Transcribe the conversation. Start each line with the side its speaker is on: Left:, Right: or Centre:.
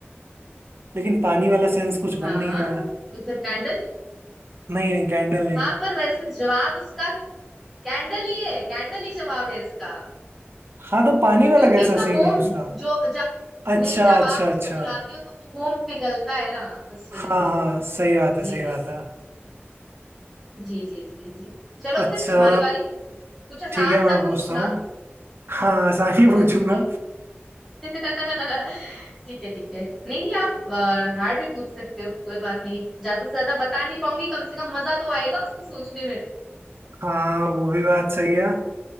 Right: लेकिन पानी वाला सेंस कुछ बन
Centre: हाँ
Right: नहीं रहा है
Centre: तो फिर कैंडल
Right: नहीं नहीं कैंडल नहीं
Centre: हाँ पर वैसे जवाब उसका कैंडल ही है कैंडल ही जवाब है इसका
Right: हाँ तो पानी वाला
Centre: क्योंकि
Right: कैसा
Centre: उसका
Right: सीन
Centre: मोम
Right: है उसका
Centre: जो ज,
Right: अच्छा
Centre: नहीं जब
Right: अच्छा
Centre: आप उसको
Right: अच्छा
Centre: जलाते हो तो वो मोम पिघलता है ना उस वजह
Right: हाँ
Centre: से
Right: हाँ सही बात है
Centre: जी
Right: सही
Centre: जी
Right: बात है
Centre: जी जी जी जी जी चलो
Right: अच्छा
Centre: फिर तुम्हारी बारी कुछ आसान
Right: ठीक है मैं
Centre: सा
Right: पूछता
Centre: पूछना
Right: हूँ हाँ आसानी
Centre: हाँ,
Right: पूछूंगा
Centre: जी <laughs> ठीक है ठीक है नहीं नहीं आप हार्ड भी पूछ सकते हो कोई बात नहीं ज्यादा से ज्यादा बता नहीं पाऊंगी कम से कम मजा तो आएगा उसको सोचने में
Right: हाँ वो भी बात सही है